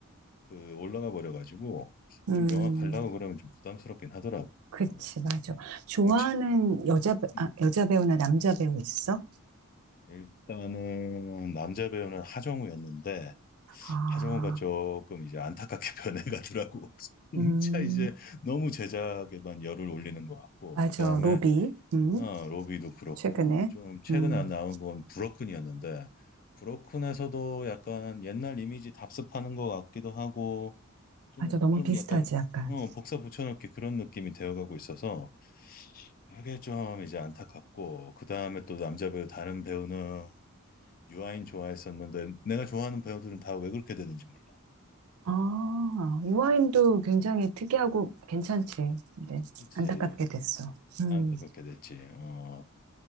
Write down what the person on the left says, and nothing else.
그 올라가 버려가지고
좀 영화 가려고 그러면 좀 부담스럽긴 하더라고.
어,
어, 치-
음.
일단은 남자 배우는 하정우였는데
하정우가 조금 이제 안타깝게 <laughs> 변해가더라고. 진짜
이제 너무 제작에만 열을 올리는 것 같고
그 다음에
어, 로비도 그렇고
좀 최근에
나온 건 브로큰이었는데 브로큰에서도 약간 옛날 이미지 답습하는 것 같기도 하고 좀
좀
약간
어, 복사 붙여넣기 그런 느낌이 되어가고 있어서 그게 좀 이제 안타깝고 그 다음에 또 남자 배우 다른 배우는 유아인 좋아했었는데 내가 좋아하는 배우들은 다 왜 그렇게 되는지 몰라.
어,
그렇지.
안타깝게 됐지. 어,